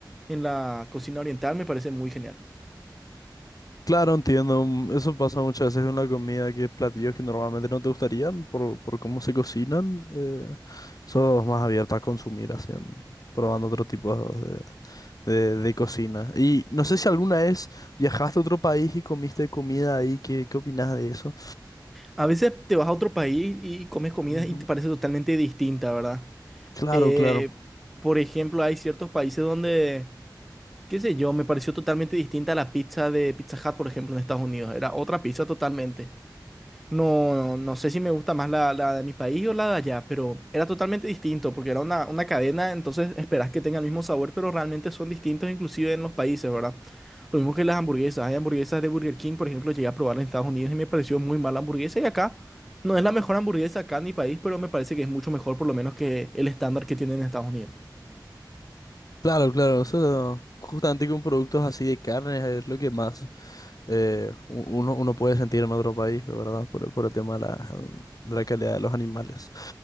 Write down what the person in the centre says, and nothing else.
en la cocina oriental me parece muy genial.
A veces te vas a otro país y comes comidas
y te parece totalmente distinta, ¿verdad?
Eh,
por ejemplo, hay ciertos países donde, qué sé yo, me pareció totalmente distinta la pizza de Pizza Hut, por ejemplo, en Estados Unidos. Era otra pizza totalmente. No, no, no sé si me gusta más la, la de mi país o la de allá, pero era totalmente distinto porque era una, una cadena, entonces esperás que tenga el mismo sabor, pero realmente son distintos inclusive en los países, ¿verdad? Lo mismo que las hamburguesas. Hay hamburguesas de Burger King, por ejemplo, llegué a probar en Estados Unidos y me pareció muy mala hamburguesa y acá no es la mejor hamburguesa acá en mi país, pero me parece que es mucho mejor por lo menos que el estándar que tienen en Estados Unidos.